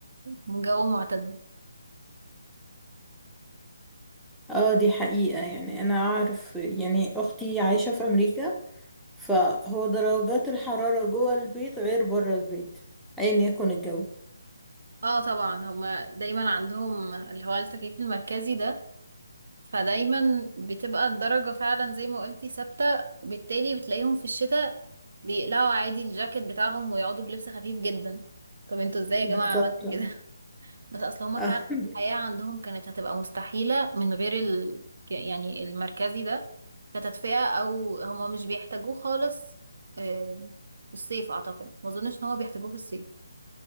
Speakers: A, on the right (about 65°); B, in the centre.
A: جو معتدل
B: اه دي حقيقة يعني أنا أعرف يعني أختي عايشة في أمريكا فهو درجات الحرارة جوه البيت غير بره البيت أيا يكن الجو
A: اه طبعا هما دايما عندهم اللي هو التكييف المركزي ده فدايما بتبقى الدرجة فعلا زي ما قلتي ثابتة بالتالي بتلاقيهم في الشتاء بيقلعوا عادي الجاكيت بتاعهم ويقعدوا بلبس خفيف جدا طب انتوا ازاي يا
B: بالظبط
A: جماعة عملتوا كده <laughs> بس اصل هما
B: آه.
A: فعلا
B: <laughs>
A: الحياة عندهم كانت هتبقى مستحيلة من غير ال... يعني المركزي ده كتدفئة او هما مش بيحتاجوه خالص آم، في الصيف اعتقد ما اظنش ان هما بيحتاجوه في الصيف